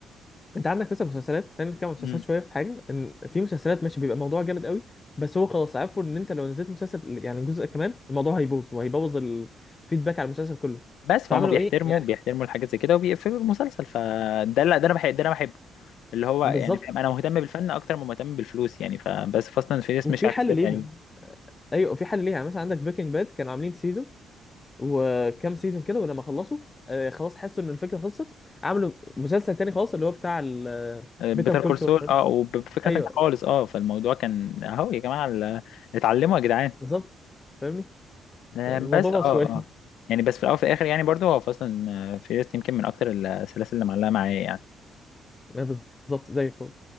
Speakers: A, on the left; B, on the left.
A: انت عندك مثلا مسلسلات خلينا نتكلم عن مسلسلات
B: مم.
A: شويه في حاجه ان في مسلسلات ماشي بيبقى الموضوع جامد قوي بس هو خلاص عارفه ان انت لو نزلت مسلسل يعني جزء كمان الموضوع هيبوظ وهيبوظ الفيدباك على المسلسل كله
B: بس فهم
A: فعملوا
B: بيحترموا
A: ايه يعني
B: بيحترموا الحاجات زي كده وبيقفلوا المسلسل فده لا ده انا بحب ده انا بحبه اللي هو
A: بالظبط
B: يعني فاهم انا مهتم بالفن اكتر ما مهتم بالفلوس يعني فبس فاست اند فيريس
A: وفي
B: مش عكس
A: حل
B: كده
A: ليها
B: يعني
A: ايوه في حل ليها مثلا عندك بريكنج باد كانوا عاملين سيزون وكام سيزون كده ولما خلصوا آه خلاص حسوا ان الفكره خلصت عملوا مسلسل تاني خالص اللي هو بتاع
B: بيتر
A: بيتر كول
B: كول
A: سول
B: سول اه وبفكره
A: ايوه
B: تانيه خالص اه فالموضوع كان اهو يا جماعه ال- اتعلموا يا جدعان
A: بالظبط فاهمني
B: آه،
A: الموضوع
B: بس اه
A: بس
B: اه
A: شويه
B: يعني بس في الاول وفي الاخر يعني برضو هو اصلا فيرست يمكن من اكتر السلاسل اللي معلقه معايا يعني
A: <laughs> آه، بالظبط زيك